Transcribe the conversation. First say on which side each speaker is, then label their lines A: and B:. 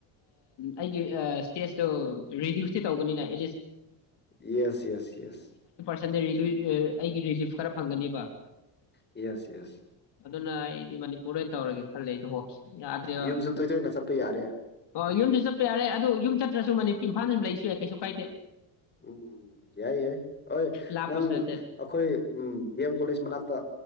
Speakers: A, on the left; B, on the left.
A: ꯑꯩꯒꯤ ꯏꯁꯇꯦꯖꯇꯨ ꯔꯤꯗ꯭ꯌꯨꯁꯇꯤ ꯇꯧꯒꯅꯤꯅ ꯑꯦꯠꯂꯤꯁ
B: ꯌꯦꯁ ꯌꯦꯁ ꯌꯦꯁ
A: ꯆ ꯑꯩꯒꯤ ꯔꯤꯂꯤꯐ ꯈꯔ ꯐꯪꯒꯅꯦꯕ
B: ꯌꯦꯁ ꯌꯦꯁ
A: ꯑꯗꯨ ꯂꯥꯏ ꯏꯗꯤ ꯃ ꯇꯧꯔꯒꯦ ꯈꯜꯂꯦ ꯑꯩꯁꯨ ꯍꯣꯁ ꯌꯥꯗ꯭ꯔꯦꯕꯗ
B: ꯌꯨꯝꯁꯨ ꯇꯣꯏ ꯇꯣꯏꯅ ꯆꯠꯄ ꯌꯥꯔꯦ
A: ꯑꯣ ꯌꯨꯝꯁꯨ ꯆꯠꯄ ꯌꯥꯔꯦ ꯑꯗꯨ ꯌꯨꯝ ꯆꯠꯇ꯭ꯔꯁꯨ ꯃꯅꯤ ꯏꯝꯥꯜ ꯌ ꯂꯩꯁꯨ ꯌꯥꯏ ꯀꯩꯁꯨ ꯀꯥꯏꯗꯦ
B: ꯎꯝ ꯎꯝ ꯌꯥꯏ ꯌꯥꯏ ꯍꯣꯏ
A: ꯂꯥꯞꯄꯁꯨ
B: ꯅꯪ
A: ꯅꯠꯇꯦ
B: ꯑꯩꯈꯣꯏ ꯎꯝ ꯗꯤ ꯑꯦꯝ ꯀꯣꯂꯦꯖ ꯃꯅꯥꯛꯇ